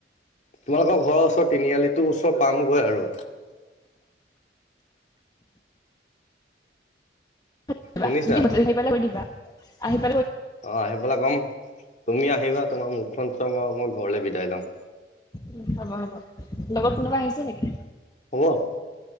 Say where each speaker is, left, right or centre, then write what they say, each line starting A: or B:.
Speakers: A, on the left; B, on the left.
A: তোমালোকৰ ঘৰৰ ওচৰ তিনিআলিত। টো ওচৰ পামগৈ আৰু।
B: <unintelligible>
A: শুনিছা? অহ, আহিপেলায় কম। তুমি আহিবা, তোমাৰ মুখখন চাম আৰু মই ঘৰলে বিদায় লম।
B: উম হ'ব হ'ব লগত কোনোবা আহিছে নেকি?
A: হ'ব।